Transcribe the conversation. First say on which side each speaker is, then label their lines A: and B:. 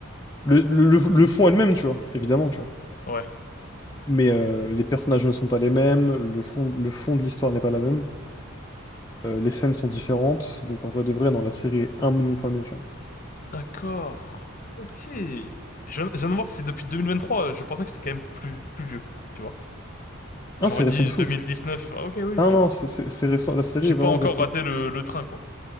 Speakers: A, on the left; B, on the left.
A: Le, le, le- le fond est le même, tu vois, évidemment, tu vois.
B: ouais.
A: Mais euh, les personnages ne sont pas les mêmes, le fond, le fond de l'histoire n'est pas la même, euh, les scènes sont différentes, donc en vrai de vrai, dans la série est un million de fois mieux, tu vois.
B: D'accord. Ok. Je, je viens de voir, c'est depuis 2023. Je pensais que c'était quand même plus, plus vieux, tu vois.
A: Hein,
B: J'aurais
A: c'est récent
B: dit
A: de fou.
B: 2019. Ah, ok, oui.
A: Ah
B: Donc,
A: non, non, c'est c'est- c'est récent, la série
B: j'ai
A: est
B: pas
A: vraiment
B: encore
A: récente.
B: raté le, le train, quoi.